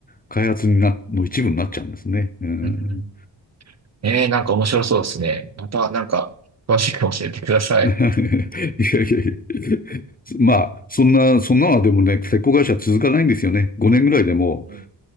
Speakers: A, on the left; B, on the right.
A: 開発になの一部になっちゃうんですね。うん
B: うん。うんえー、なんか面白そうですね。また、なんか、詳しく教えてください。
A: <laughs> いやいやいや。まあ、そんな、そんなのはでもね、鉄鋼会社続かないんですよね。5年ぐらいでも
B: うん